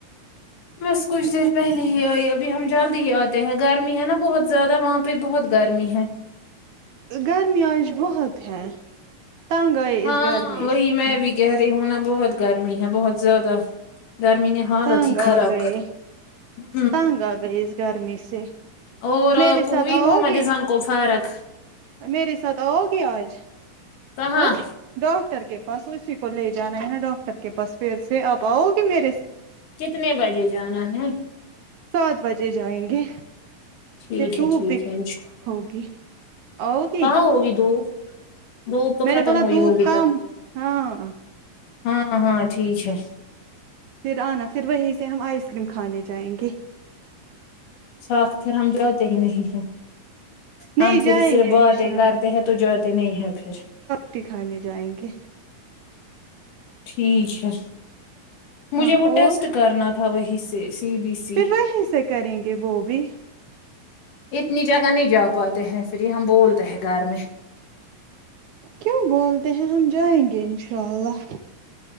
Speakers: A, on the left; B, on the right.
A: بس کچھ دیر پہلے ہی آئی ابھی ہم جلد ہی آتے ہیں گرمی ہے نا بہت زیادہ وہاں پ بھی بہت گرمی ہے
B: گرمی آج بہت ہے تنگ آئے
A: ہاں
B: اس گرمی
A: وہی
B: سے
A: میں بھی کہہ رہی ہوں نا بہت گرمی ہے بہت زیادہ گرمی نے حالت
B: تنگ
A: ہی خراب
B: آ گئے
A: کر ہوں
B: تنگ آ گئے اس گرمی سے
A: اور
B: میرے
A: کووی
B: ساتھ آؤ
A: محمد
B: گے
A: سان کو فارک
B: میرے ساتھ آؤ گے آج
A: کہاں
B: ہاں ڈاکٹر کے پاس اسی کو لے جانا ہے نا ڈاکٹر کے پاس پھر سے آپ آؤ گے میرے
A: کتنے بجے جانا ہے
B: سات بجے جائیں گے
A: ٹھیک
B: پھر دوپ
A: ہے ٹھیک
B: د
A: ہے
B: ہوگی آؤگی
A: ہاں ہوگی دوپ دوپ تو
B: میں
A: ختم
B: نے بولا
A: ہوئی
B: دھوپ
A: ہوگی
B: کم
A: ت
B: ہاں
A: ہاں ہاں ٹھیک ہے
B: پھر آنا پھر وہیں سے ہم آئس کریم کھانے جائیں گے
A: ساتھ پھر ہم جاتے ہی نہیں ہیں ہم
B: نہیں
A: پھر
B: جائیں
A: صرف
B: گے
A: باتیں
B: انشاء
A: کرتے ہیں تو جتے نہیں ہے پھر
B: تی کھانے جائیں گے
A: ٹھیک ہے مجھے
B: ہاں
A: وہ
B: اور
A: ٹیسٹ کرنا تھا وہی سے سی بی سی
B: پھر وہیں سے کریں گے وہ بھی
A: اتنی جگہ نہیں جا پاتے ہیں پھر یہ ہم بولتے ہیں گھر میں
B: کیوں بولتے ہیں ہم جائیں گے انشاء اللہ